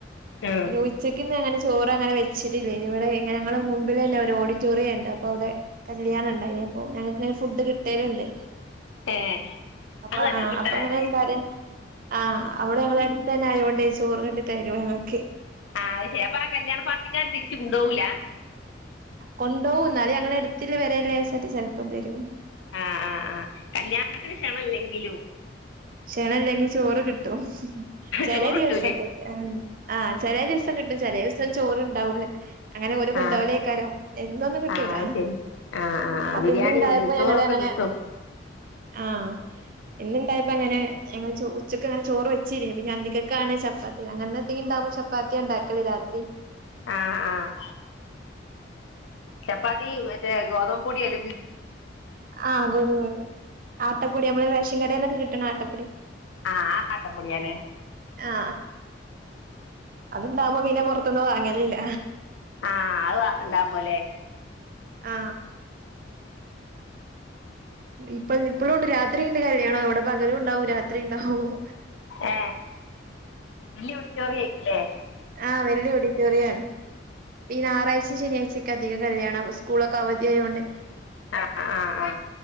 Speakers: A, on the left; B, on the right.
A: ആ
B: പിന്നെ ഉച്ചക്ക്ന്ന്ങ്ങനെ ചോറ്ങ്ങനെ വെച്ചിട്ടില്ല ഇനി ഇവിടെ ഇങ്ങനെ ഞങ്ങളുടെ മുമ്പിൽ ന്നെ ഒരു ഓഡിറ്റോറിയം ഉണ്ട് അപ്പൊ അവിടെ കല്യാണം ഇണ്ടായിനി അപ്പോ ഞങ്ങക്ക് ഫുഡ് കിട്ടേലുണ്ട്
A: ഏ
B: അപ്പ
A: അത് നല്ലൊരു
B: ആ
A: കിട്ടലാണേ
B: അപ്പൊങ്ങനെ <unintelligible> ആ അവിടെ ഞങ്ങള് അടുത്ത് തന്നെ ആയോ <unintelligible>
A: ആ ശരി അപ്പൊ ആ കല്യാണ പാർട്ടിക്കാാര് തിരിച്ചു കൊണ്ടുപോവൂല
B: കൊണ്ടോ പോവും എടുത്തില്ല പേരെ ച്ചാൽ ചെലപ്പ തരും
A: ആ ആ ആ കല്യാണത്തിന് ക്ഷണം ല്ലെങ്കിലും
B: ക്ഷണല്ലെങ്കിൽ ചോറ് കിട്ട് ട്ടും ചേലെ
A: ചോറ് കിട്ടൂലേ
B: ദിവസൊക്കെ ആ ചെല ദിവസം കിട്ടും ചെല ദിവസം ചോറണ്ടാവൂല കൊണ്ടാവലക്കാരോ
A: ആ
B: എന്നൊന്നും കിട്ടൂല
A: ആ അത് ശരി ആ ആ
B: അപ്പൊ
A: ബിരിയാണിയോ
B: ഇന്ന് ണ്ടായപ്പോ
A: നെയ്ച്ചോറും
B: ഞങ്ങ
A: ഒക്കെ
B: അങ്ങനെ
A: കിട്ടും
B: ആഹ ഇന്നുണ്ടായപ്പോ അങ്ങനെ ഞങ്ങള് ഉച്ചക്കെങ്ങനെ ചോറ് വെച്ചിനി പിന്നെ അന്തിക്കേക്കാണ് ചപ്പാത്തി അങ്ങനെന്തെങ്കി ഉണ്ടാവുമ്പോ ചപ്പാത്തിയ ണ്ടാക്കലേ രാത്രി
A: ആഹ ആഹ <inaudible> ഗോതം പൊടിയ <inaudible>
B: ആ ഗോധമ ആട്ടപ്പൊടി മ്മള് റേഷൻ കടേന്നൊക്കെ കിട്ടണ ആട്ടപ്പൊടി
A: ആ ആട്ടപ്പൊടിയാ അല്ലേ
B: ആ ആഅത്ണ്ടാവമ്പോ പൊറത്തുന്നു വാങ്ങലില്ല
A: ആഹ് അത് ഉണ്ടാവുമ്പോലെ
B: ആ ഇപ്പ ഇപ്പളുംണ്ട് രാത്രിണ്ട് കല്യാണം വ്ടെ പകലുണ്ടാവും രാത്രിണ്ടാവും
A: ഏ വല്യ ഓഡിറ്റോറിയ <inaudible> ല്ലേ
B: ആ വല്യ ഓഡിറ്റോറിയാണ്. ഈ നാറാഴ്ചയും ശനിയാഴ്ചയക്കെ അധികം കല്യാണം സ്കൂളൊക്കെ അവധിയ ആയൊണ്ടെ
A: ആ ആ ആ